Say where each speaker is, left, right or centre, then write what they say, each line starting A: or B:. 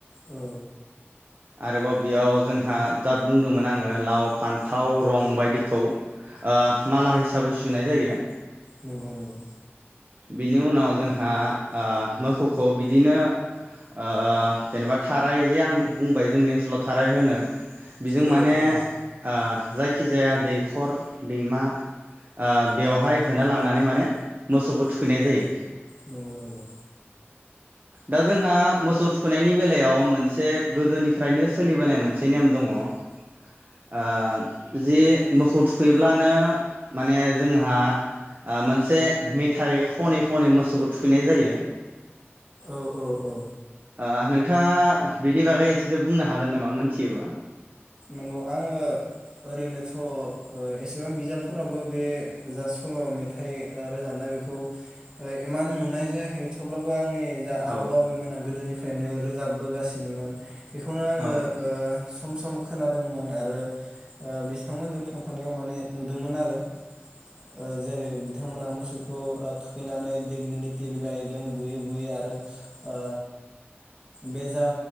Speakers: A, on the right (about 20°); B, on the right (about 45°).
A: औ
B: आरोबाव बेयाव जोंहा दा बुंदोंमोन आङो लाव फान्थाव रं बायदिखौ ओ माला हिसाबै सुनाय जायो।
A: नंगौ नंगौ
B: बिनि उनाव जोंहा आ मोखौखौ बिदिनो ओ जेनेबा थाराय जे आं बुंबाय जोंनि ओनसोलाव थाराय होनो बेजों
A: औ
B: माने
A: औ
B: आ जायखिजाया दैखर दैमा आ बेवहाय होना लांनानै माने मोसौखौ थुखैनाय जायो।
A: नंगौ नंगौ
B: दा जोंहा मोसौ थुखैनायनि बेलायाव मोनसे गोदोनिफ्रायनो सोलिबोनाय मोनसे नेम दङ आ जि मोखौ थुखैब्लानो माने जोंहा आ मोनसे मेथाइ खनै खनै मोसौखौ थुखैनाय जायो।
A: औ औ औ
B: आ नों थाङा बिद नि बागै एसेसो बुंनो हागोन नामा मोनथियोबा?
A: नंगौ आङो ओरैनो थ' ओ एसेबां बिजाबफोरावबो बे जा सल' मेथाइ ओ रोजाबनाय बेखौ ओ इमान नुनाय जायाखै थेवब्लाबो आं नि जा आबौ
B: औ
A: आबैमोना गोदोनिफ फ्रायनो रोजाबबोगासिनोमोन बेखौनो आङो
B: औ
A: ओ सम सम दोंमोन आरो ओ बिसा थांफानायाव माने नुदोंमोन आरो ओ जेरै थांमोनहा मोसौखौ ओ थुखैनानै देग्लिलिथि बिलाइदों बुयै बुयै आरो ओ बे जा